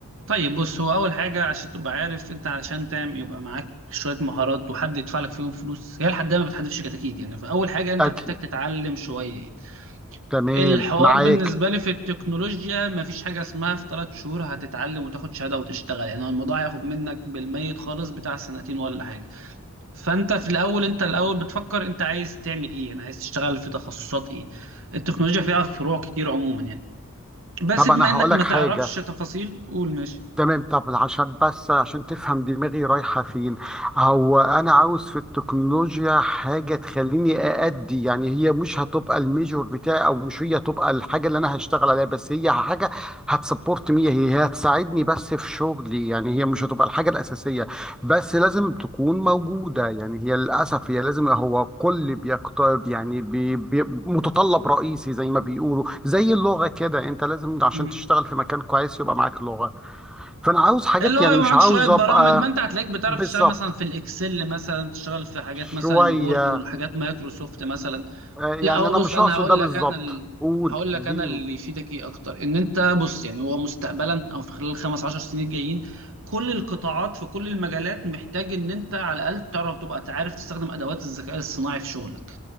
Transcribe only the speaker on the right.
طيب بص هو اول حاجه عشان تبقى عارف انت علشان تعمل يبقى معاك شويه مهارات وحد يدفع لك فيهم فلوس هي لحد ما بتحدفش كتاكيد يعني فاول حاجه انت
هتحتاج تتعلم شويه
الحوار
بالنسبة لي في التكنولوجيا مفيش حاجة اسمها في ثلاث شهور هتتعلم وتاخد شهادة وتشتغل يعني هو الموضوع هياخد منك بالميت خالص بتاع سنتين ولا حاجة فانت في الأول انت الأول بتفكر انت عايز تعمل ايه يعني عايز تشتغل في تخصصات ايه التكنولوجيا فيها فروع كتير عموما يعني بس
بما
انك
ما تعرفش
تفاصيل قول ماشي
مم.
اللي هو
يبقى
معاك
شوية برامج
ما انت هتلاقيك بتعرف
تشتغل مثلا في الاكسل مثلا بتشتغل في حاجات مثلا
الوورد والحاجات مايكروسوفت مثلا
لا هو
بص
انا
هقول
لك انا ال...
هقول لك
انا اللي يفيدك ايه اكتر ان انت بص يعني هو مستقبلا او في خلال الخمس عشر سنين الجايين كل القطاعات في كل المجالات محتاج ان انت على الاقل تعرف تبقى تعرف تستخدم ادوات الذكاء الصناعي في شغلك